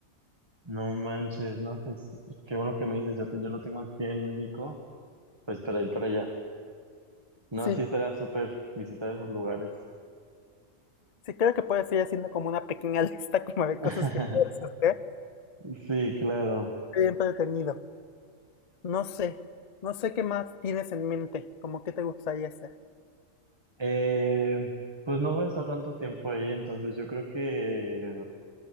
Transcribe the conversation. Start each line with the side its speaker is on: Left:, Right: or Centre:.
Right: No manches, no, pues qué bueno que me dices, yo, te- yo lo tengo aquí en México, pues para ir para allá. No,
Left: Sí,
Right: sí estaría súper visitar esos lugares.
Left: sí creo que puedes ir haciendo como una pequeña <laughs> lista como de
Right: <laughs>
Left: cosas que puedes hacer.
Right: Sí, claro.
Left: bien entretenido. No sé, no sé qué más tienes en mente, como qué te gustaría hacer.
Right: Eh, pues no voy a estar tanto tiempo ahí, entonces yo creo que